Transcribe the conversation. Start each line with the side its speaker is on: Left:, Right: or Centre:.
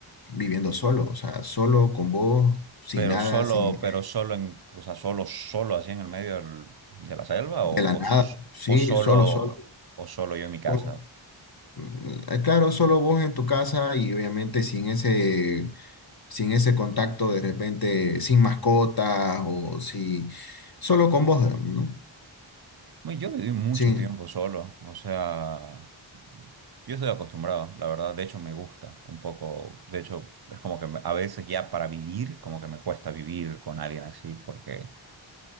Left: viviendo solo, o sea, solo con vos, sin
Right: pero
Left: nada,
Right: solo,
Left: sin
Right: pero solo en, o sea, solo, solo así en el medio del- de la selva
Left: de
Right: o,
Left: la nada,
Right: o, s-
Left: sí,
Right: o solo,
Left: solo, solo.
Right: o solo yo en mi casa?
Left: Como, mm, eh, claro, solo vos en tu casa y obviamente sin ese, sin ese contacto de repente, sin mascotas o si, solo con vos, digamos, ¿no?
Right: Bueno, Yo viví mucho
Left: Sí,
Right: tiempo solo, o sea, yo estoy acostumbrado, la verdad, de hecho me gusta un poco, de hecho es como que me- a veces ya para vivir, como que me cuesta vivir con alguien así, porque